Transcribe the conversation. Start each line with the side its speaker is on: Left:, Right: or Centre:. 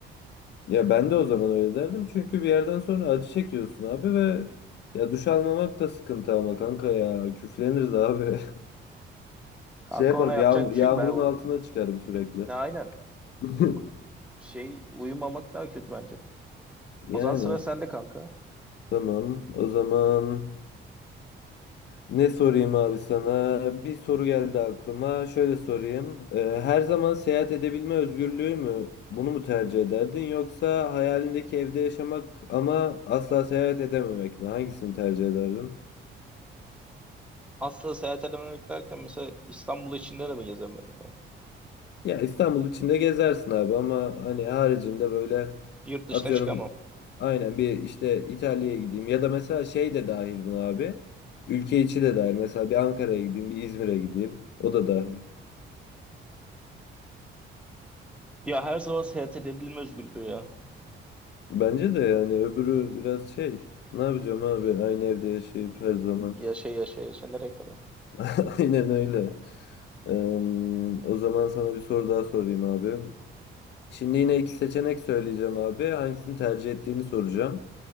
Left: Ya ben de o zaman öyle derdim. Çünkü bir yerden sonra acı çekiyorsun abi ve ya duş almamak da sıkıntı ama kanka ya küfleniriz abi. <laughs>
Centre: Kanka
Left: Şey yaparım
Centre: ona yapacak
Left: yağmur,
Centre: bir
Left: yağmurun
Centre: şey yok. Ben o-
Left: altına çıkarım sürekli.
Centre: ne aynen.
Left: <laughs>
Centre: Bu Şey uyumamak daha kötü bence.
Left: Yani.
Centre: O zaman sıra sende kanka.
Left: Tamam. O zaman ne sorayım abi sana? Bir soru geldi aklıma. Şöyle sorayım. Ee, her zaman seyahat edebilme özgürlüğü mü? Bunu mu tercih ederdin? Yoksa hayalindeki evde yaşamak ama asla seyahat edememek mi? Hangisini tercih ederdin?
Centre: Aslında seyahat edememek derken mesela İstanbul içinde de mi gezemiyorum yani?
Left: Ya İstanbul içinde gezersin abi ama hani haricinde böyle
Centre: Yurt dışına
Left: atıyorum
Centre: çıkamam.
Left: aynen bir işte İtalya'ya gideyim ya da mesela şey de dahil buna abi. Ülke içi de dahil. Mesela bir Ankara'ya gideyim, bir İzmir'e gideyim. O da dahil.
Centre: Ya her zaman seyahat edebilme özgürlüğü ya.
Left: Bence de yani öbürü biraz şey. Ne yapacağım abi aynı evde yaşayıp her zaman.
Centre: Yaşa yaşa yaşa nereye kadar?
Left: <laughs> Aynen öyle. Eee, o zaman sana bir soru daha sorayım abi. Şimdi yine iki seçenek söyleyeceğim abi. Hangisini tercih ettiğini soracağım.